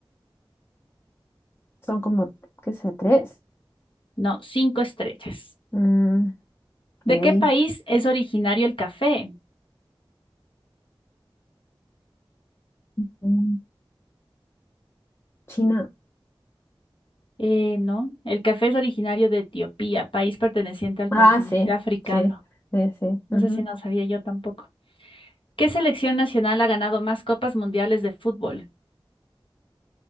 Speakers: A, on the left; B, on the left.
A: Son como, ¿qué sea? Tres.
B: No, cinco estrellas.
A: Mm,
B: ¿De
A: ok.
B: qué país es originario el café?
A: Mm, China.
B: Eh, no, el café es originario de Etiopía, país perteneciente al
A: Ah,
B: continente
A: sí,
B: africano.
A: sí, sí, sí.
B: No
A: ujú.
B: sé si no sabía yo tampoco. ¿Qué selección nacional ha ganado más copas mundiales de fútbol?